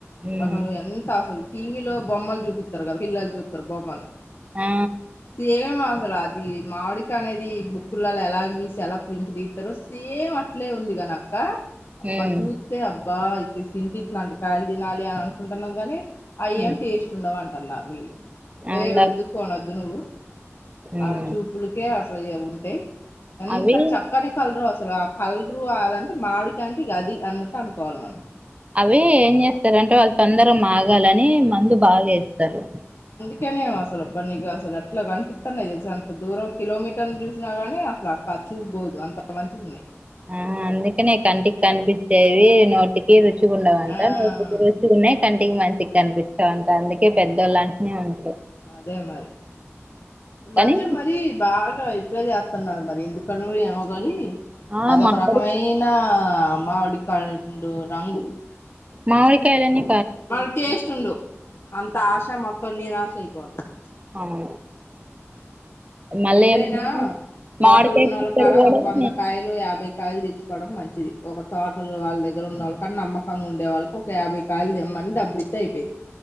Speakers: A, on the right; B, on the left.
A: ఉమ్
B: అహోఎంత అసలు టీవీలో బొమ్మలు చూపిత్తారు కదా పిల్లలు చూత్తారు బొమ్మలు
A: ఆ
B: సేమ్ అసలు అది మామిడికాయ అనేది బుక్కుల్లలో ఎలా గీసి ఎలా ప్రింట్ తిత్తారో సేమ్ అట్లే ఉంది ఇగా కానీ అక్క అబ్బా
A: ఉమ్
B: చూస్తే అబ్బా తింటే ఇట్లాంటి కాయలు తినాలె అని అనుకుంటున్నాం గాని అయ్యేమ్
A: ఉమ్
B: టేస్ట్ ఉండవు అంటున్నారు వీళ్ళు
A: అవునా
B: ఏ వేద్దుకు అనవద్దు నువ్వు
A: ఉమ్
B: ఆ చూపులకే అట్లా జార ఉంటే ఎంత
A: అవి
B: చక్కని కలరో అసలు కలరు అదంటే మామిడికాయ అంటే అది అన్నట్టు అనుకోవాలె మనం
A: అవి ఏం చేస్తారంటే వాళ్ళు తొందర మగాలని మందు బాగా ఎస్తారు
B: తినేఅసలు అబ్బా నీకు అసలు అట్లా కనిపిస్తన్నాయి తెలుస అంత దూరం కిలోమీటర్ని చూసినాగానీ అసలు అ కల్ చూపుబోదు అంత మంచిగున్నాయి
A: ఆహ అందుకనే కంటికి కనిపించేవి నోటికి రుచి మంచిగుండవంట
B: ఆ
A: నోటికి రుచిగున్నాయి కంటికి మంచిగ కనిపించవంట అందుకే పెద్దోళ్ళలాంటినే ఉంటారు
B: అదే మరి ఈ మధ్య
A: కానీ
B: మరి బాగా ఇప్పుడే చేత్తున్నారు మరి ఎందుకనో ఏమో గాని
A: ఆ
B: అదొక
A: మామిడి
B: రకమైన ఆ మామిడికండు రంగు
A: మామిడికాయలని
B: మళ్ళ టేస్ట్ ఉండవు అంత ఆశ మొత్తం నిరాశ ఆశ అయిపోతది
A: అవును మళ్ళీ
B: ఏదైనా
A: ఏమో
B: తోటలు
A: మామిడికాయ
B: ఉన్నోళ్ల
A: పచ్చడి
B: కాడ
A: కూడా
B: ఒక వంద
A: నేను
B: కాయలు యాభై కాయలు తెచ్చుకోవడం మంచిది ఒక తోటలు వాళ్ళ దగ్గర ఉన్న వాళ్ళ కాడ నమ్మకంగా ఉండే వాళ్ళకి ఒక యాభై కాయలు తెమ్మన్ ని డబ్బులిస్తే అయిపోయిద్ధి